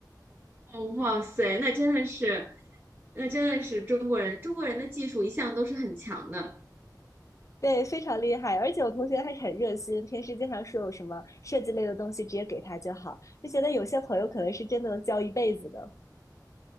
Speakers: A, on the right; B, on the left.
A: 哦，哇塞，那真的是，那真的是中国人，中国人的技术一向都是很强的。
B: <laughs> 对，非常厉害。而且我同学还很热心，平时经常说有什么设计类的东西直接给他就好，就觉得有些朋友可能是真的能交一辈子的。